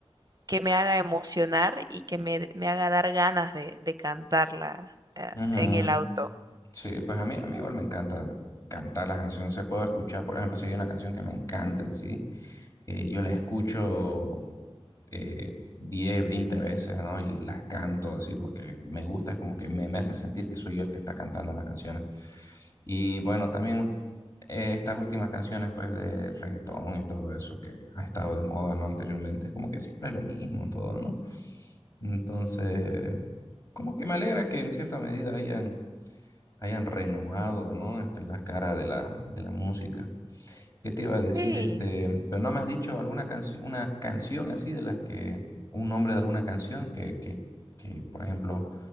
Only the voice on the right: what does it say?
que me haga emocionar y que me, me haga dar ganas de, de cantarla eh,
en el auto.
Sí,